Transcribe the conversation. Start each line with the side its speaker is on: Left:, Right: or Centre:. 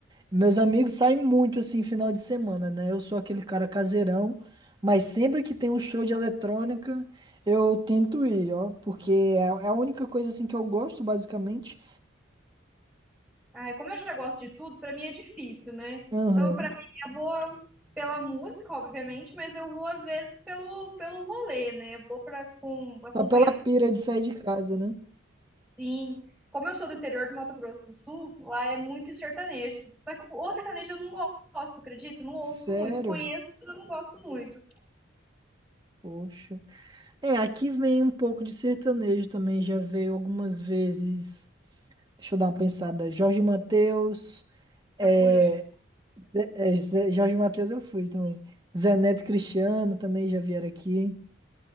Right: meus amigos saem muito, assim, final de semana, né? Eu sou aquele cara caseirão, mas sempre que tem um show de eletrônica, eu tento ir, ó. Porque é, é a única coisa, assim, que eu gosto, basicamente.
Centre: Ah, como eu já gosto de tudo, pra mim é difícil, né?
Right: Aham.
Centre: Então, pra mim, eu vou pela música, obviamente, mas eu vou às vezes pelo, pelo rolê, né? Eu vou para acompanhar
Right: Só pela
Centre: as
Right: pira de sair de casa, né?
Centre: Sim, como eu sou do interior do Mato Grosso do Sul, lá é muito sertanejo. Só que o sertanejo eu não gosto, acredita? Eu Não ouço
Right: Sério?
Centre: muito. Conheço, mas eu não gosto muito.
Right: Poxa. É, aqui vem um pouco de sertanejo também, já veio algumas vezes. Deixa eu dar uma pensada. Jorge Mateus, é,
Centre: Já fui no show.
Right: Zé- é, Zé- Jorge Mateus eu fui também. Zé Neto e Cristiano também já vieram aqui.